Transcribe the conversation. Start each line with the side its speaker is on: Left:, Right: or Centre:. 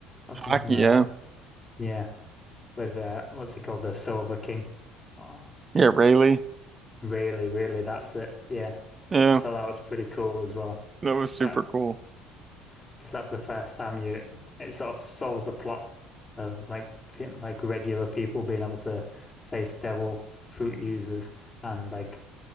Left: or something
Right: Hockey,
Left: like
Right: yeah.
Left: that? Yeah, with uh, what's he called, the Silver King? Oh,
Right: Yeah, Rayleigh.
Left: really, really, that's it. Yeah,
Right: Yeah,
Left: I thought that was pretty cool as well.
Right: that was super
Left: Well,
Right: cool.
Left: because that's the first time you it sort of solves the plot of like pe- like regular people being able to face devil fruit users and like